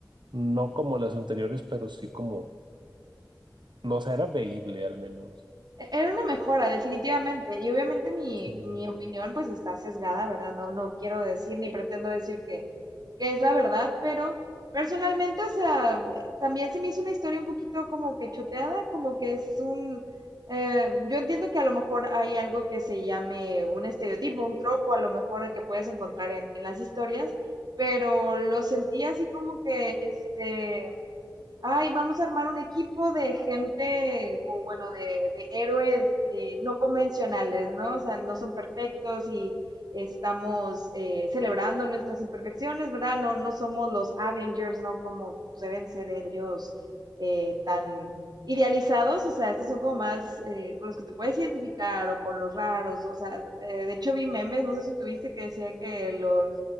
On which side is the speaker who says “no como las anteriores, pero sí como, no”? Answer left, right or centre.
Right